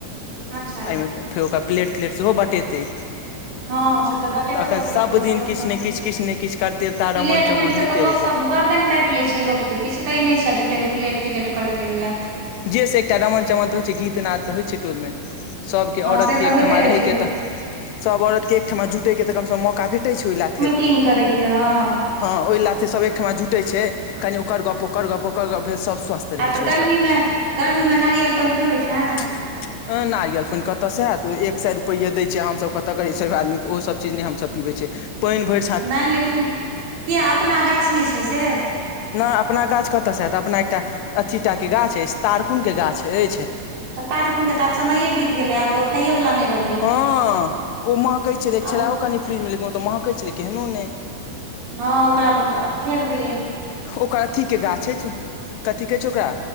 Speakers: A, on the right; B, on the left.
A: अच्छा
B: ए मे फेर ओकरा प्लेट-तलेट सेहो बटेतै।
A: हँ से बटेबे
B: तऽ अखन
A: करै
B: सब
A: छै ओहि सबमे
B: दिन किछ
A: अपन
B: नै किछ, किछ नै किछ करतेव ता
A: प्लेट
B: रमण-चमन
A: बाँटि कऽ
B: होएते
A: तऽ लोक
B: रहै
A: सब
B: छै।
A: गर्दन काएट ले छै लोक के, किछ दै नै छाए झूठे के प्लेट-प्लेट करैत रहैया।
B: जे से एकटा रमन-चमन तऽ होय छै, गीत-नाद तऽ होय छै टोल मे। सबके औरत
A: हँ से
B: के
A: तऽ
B: एकठमा
A: होइते
B: रहै
A: छै
B: के तऽ सब औरत के एकठमा जुटै के तऽ कम से कम मौका भेटै छै ओय लाथे।
A: मीटिंग करे के हँ
B: हां ओय लाथे सब एकठमा जुटे छै, कनि ओकर गप, ओकर गप, ओकर गप भेल सब स्वस्थ रहै
A: आ तऽ
B: छै
A: गर्मी
B: ओहिसँ
A: मे, गर्मी मे नारियल पेएन पिबै छाए।
B: <inaudible> अएं नारियल पेएन कतऽ सँ आएत उ एक सए रुपैया दै छै, हम सब कतऽ गरीब-सरीब आदमी के ओसब चीज नै हम सब पीबै छिये। पेएन भैर
A: नै लेकिन कियाए अपना गाछ नै छै से।
B: न अपना गाछ कतऽ स हैत, अपना एकटा अथीटा के गाछ अइछ, तारकुन के गाछ अइछ।
A: तऽ तारकुन के तऽ आब समयए बीत गेलै, आब तऽ ओ खाइए वला नै रहलै।
B: हँ ओ महकै छेलै एक
A: आब
B: छेलाओ कनि फ्रिज में, लेकिन ओ तऽ महकै छेलै केहनो नै।
A: हँ ओकरा ब आब फेक दियए।
B: ओकर अथी के गाछ अइछ, कथी कहै छै ओकरा